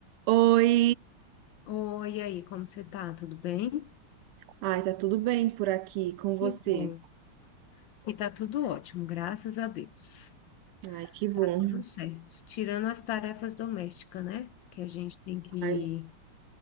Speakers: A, on the right; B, on the left.
A: Oi,
B: Oi, e aí, como você tá? Tudo bem?
A: ai, tá tudo bem por aqui com
B: Que
A: você?
B: bom. E tá tudo ótimo, graças a Deus.
A: Ai, que
B: Tá
A: bom.
B: tudo certo. Tirando as tarefas domésticas, né? Que a gente tem que,
A: Ai,